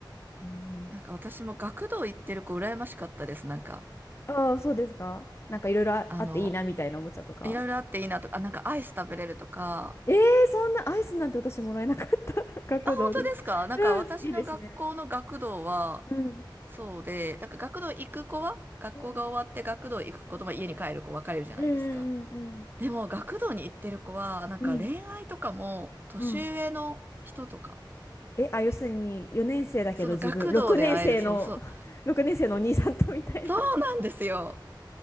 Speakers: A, on the left (about 35°); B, on the right (about 25°).
A: う。ね
B: なんか私も学童行ってる子羨ましかったです。
A: え
B: なんか、
A: ああ、そうですか。なんかいろいろああっていいなみたいなおもちゃとか。
B: あの、いろいろあっていいなとか、あ、なんかアイス食べれるとか。
A: えー、そんなアイスなんて私もらえなかった <laughs>。学童です。
B: あ、本当ですかなんか私の学校の学童は、
A: うん、いいですね。うん。
B: そうで、なんか学童行く子は、学校が終わって学童行く子とまあ家に帰る子分かれるじゃないですか。
A: うん。うんうんうん
B: でも学童に行ってる子は、なんか恋愛とかも年上の人とか、
A: うん。うん。うん。え、あ、要するに4年生だけど自分、
B: その学童で会える、
A: 6年生の、
B: そうそう、
A: <laughs> 6年生のお兄さんとみたいな。
B: そうなんですよ。